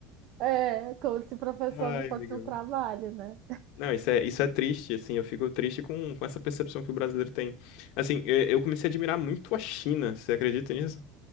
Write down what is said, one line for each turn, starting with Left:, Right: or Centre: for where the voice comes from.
Right: É, como se professor
Left: Ai,
Right: não fosse
Left: amigão.
Right: um trabalho, né?
Left: Não, isso é, isso é triste, assim, eu fico triste com, com essa percepção que o brasileiro tem. Assim, eu, eu comecei a admirar muito a China, você acredita nisso?